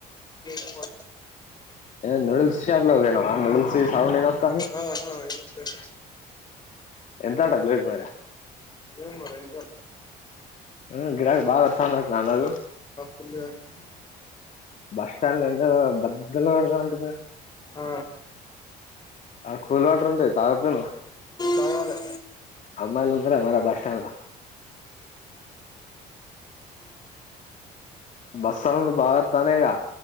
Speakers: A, on the left; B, on the left.
A: <inaudible>
B: ఏ నూడిల్స్ షాప్లోకీ పోయినవా నూడిల్స్ సి సౌండ్
A: ఉమ్.
B: ఎదో వస్థాంది
A: ఆ, ఆ, ఏం లేదు.
B: ఎంతంట ప్లేట్ మరి
A: ఏమో మరి ఎంతో
B: ఆ గిరాకి బాగా వతాన్నాక అనూ
A: <unintelligible>
B: బస్ <unintelligible> బద్ద పెడతా
A: ఆ,
B: అడ కూల్ వాటర్ ఉంటాయి తాగపోను
A: తాగాలే
B: అమ్మాయిలు మ మ బస్టాండ్లా బస్ సౌండ్ బాగా వస్తనిగా